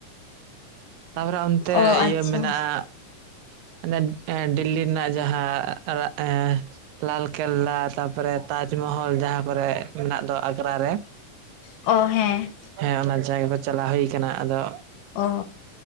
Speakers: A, on the right; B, on the left.
A: ᱛᱟᱯᱚᱨᱮ ᱚᱱᱛᱮ
B: ᱚ
A: ᱤᱭᱟᱹ
B: ᱟᱪᱪᱷᱟ
A: ᱢᱮᱱᱟᱜᱼᱟᱼᱼ ᱟᱱᱮ ᱮ ᱰᱤᱞᱞᱤ ᱨᱮᱱᱟᱜ ᱡᱟᱦᱟᱸ ᱮᱼᱼ ᱞᱟᱞᱠᱮᱞᱞᱟ ᱛᱟᱯᱚᱨᱮ ᱛᱟᱡᱽᱢᱚᱦᱚᱞ ᱡᱟᱦᱟᱸ ᱠᱚᱨᱮᱫ ᱢᱮᱱᱟᱜ ᱫᱚ ᱟᱜᱽᱨᱟ ᱨᱮᱼᱼ
B: ᱚ ᱦᱮᱸ
A: ᱦᱮᱸ ᱚᱱᱟ ᱡᱟᱭᱜᱟ ᱠᱚ ᱪᱟᱞᱟᱣ ᱦᱩᱭ ᱠᱟᱱᱟ ᱟᱫᱚᱼᱼ
B: ᱚ